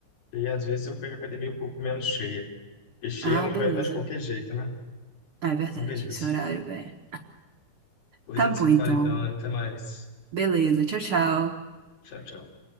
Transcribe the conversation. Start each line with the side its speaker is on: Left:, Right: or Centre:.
Left: E às vezes eu pego a academia um pouco menos cheia. Porque cheia
Right: ah,
Left: ela já
Right: beleza.
Left: vai estar de qualquer jeito, né?
Right: Ah, é verdade,
Left: Então, beleza.
Right: esse horário, é.
Left: Depois
Right: Tá
Left: a gente
Right: bom
Left: se fala
Right: então.
Left: então. Até mais.
Right: Beleza, tchau, tchau.
Left: Tchau, tchau.